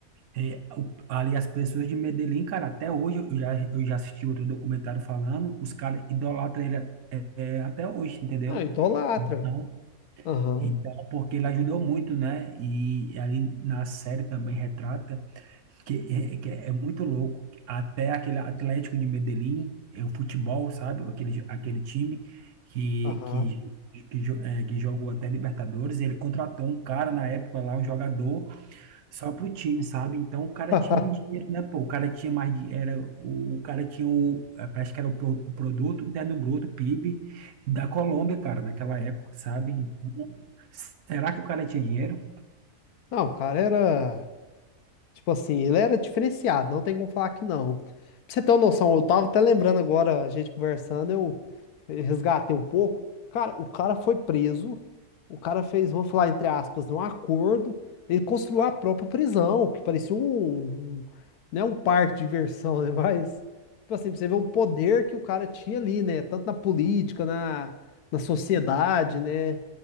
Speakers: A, on the right; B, on the left.
A: é, o- ali as pessoas de Medellín, cara, até hoje eu já, eu já assisti outro documentário falando, os caras idolatram ele é, é, até hoje, entendeu?
B: Ah, idolatra.
A: Então,
B: Aham.
A: então, porque ele ajudou muito, né? E ali na série também retrata que é, que é muito louco. Até aquele Atlético de Medellín, é o futebol, sabe? Aquele, aquele time que,
B: Aham.
A: que, que, jo- é, que jogou até Libertadores. Ele contratou um cara na época lá, um jogador, só pro time, sabe? Então o cara
B: <laughs>
A: tinha muito dinheiro, né? Pô, o cara tinha mais de, era o, o cara tinha o, eh, parece que era o, pro- o produto interno bruto, PIB da Colômbia, cara, naquela época, sabe? Então, Será que o cara tinha dinheiro?
B: Não, o cara era. Tipo assim, ele era diferenciado, não tem como falar que não. Pra você ter uma noção, eu tava até lembrando agora, a gente conversando, eu resgatei um pouco. Cara, o cara foi preso, o cara fez, vamos falar entre aspas, um acordo, ele construiu a própria prisão, que parecia um, um, né, um parque de diversão, né? <laughs> Mas, tipo assim, pra você ver o poder que o cara tinha ali, né? Tanto na política, na, na sociedade, né?